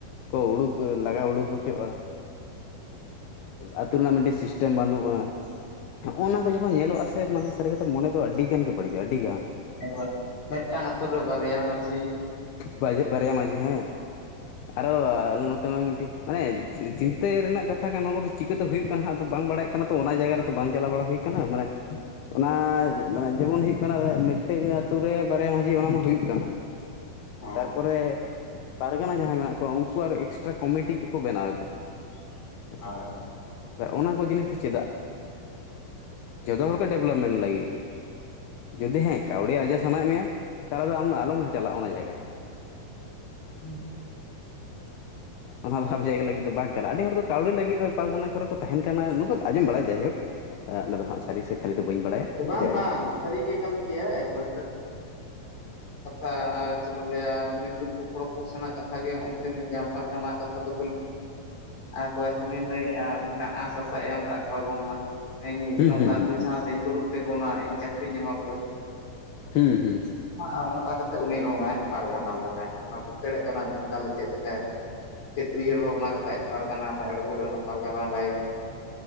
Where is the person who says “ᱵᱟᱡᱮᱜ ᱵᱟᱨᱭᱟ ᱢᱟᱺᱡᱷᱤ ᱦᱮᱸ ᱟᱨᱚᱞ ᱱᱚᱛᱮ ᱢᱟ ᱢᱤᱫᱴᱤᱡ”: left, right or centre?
Left